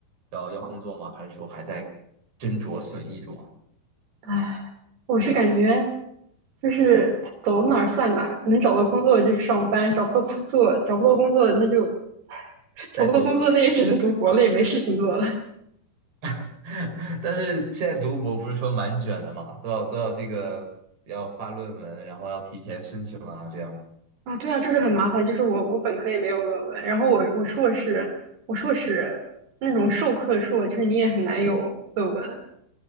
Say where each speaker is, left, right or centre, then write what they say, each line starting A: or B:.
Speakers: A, on the right (about 35°); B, on the right (about 60°).
A: 要要工作吗？还是说还在斟酌损益中啊？
B: 唉，我是感觉就是走哪儿算哪儿，能找到工作就去上班，找不到工作，找不到工作那就 <laughs> 找不到工作，
A: 在读，
B: 那也只能读博了，也没事情做了。
A: <laughs> 但是现在读博不是说蛮卷的嘛，都要都要这个要发论文，然后要提前申请啊，这样。
B: <laughs> 啊，对啊，就是很麻烦。就是我我本科也没有论文，然后我我硕士我硕士那种授课硕，就是你也很难有论文。